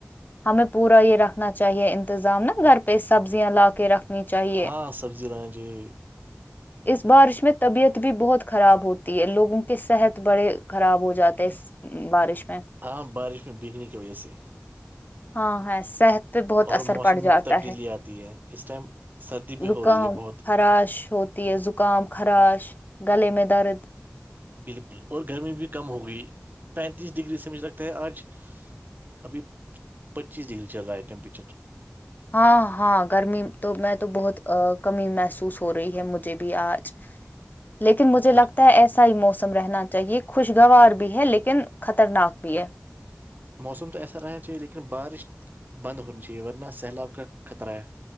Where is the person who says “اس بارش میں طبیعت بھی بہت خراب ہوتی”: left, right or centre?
Left